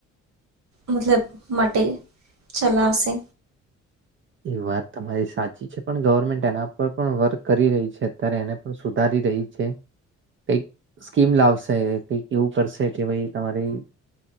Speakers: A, on the right; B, on the right.
A: મતલબ માટે ચલાવશે?
B: એ વાત તમારી સાચી છે, પણ ગવર્મેન્ટ એના પર પણ વર્ક કરી રહી છે. અત્યારે એને પણ સુધારી રહી છે. કંઈક સ્કીમ લાવશે કંઈક એવું કરશે કે ભાઈ, તમારી